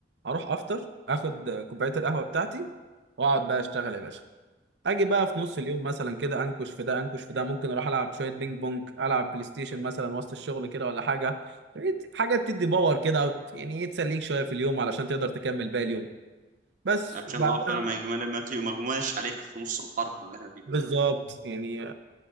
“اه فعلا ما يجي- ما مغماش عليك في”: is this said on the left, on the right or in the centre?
Right